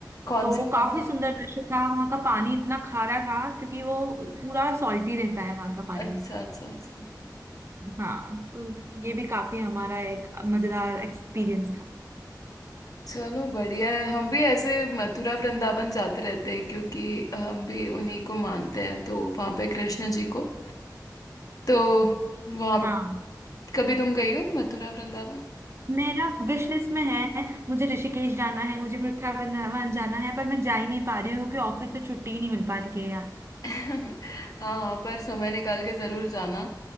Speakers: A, on the left; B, on the right.
A: कौन
B: तो वो
A: सी
B: काफी
A: माता है
B: सुंदर दृश्य था वहां का पानी इतना खारा था क्योंकि वो पूरा सॉल्टी रहता है वहां का पानी
A: अच्छा अच्छा अच्छा
B: हाँ तो ये भी काफी हमारा एक मजेदार एक्सपीरियंस था
A: चलो बढ़िया है हम भी ऐसे मथुरा वृंदावन जाते रहते हैं क्योंकि हम भी उन्हीं को मानते हैं तो वहाँ पे कृष्ण जी को तो वहाँ
B: हाँ
A: कभी तुम गई हो मथुरा वृंदावन
B: मेरा विश लिस्ट में है मुझे ऋषिकेश जाना है मुझे वृंदावन जाना है पर मैं जा ही नहीं पा रही हूँ क्योंकि ऑफिस से छुट्टी ही नहीं मिल पा रही है यार
A: <laughs> हाँ पर समय निकाल के जरूर जाना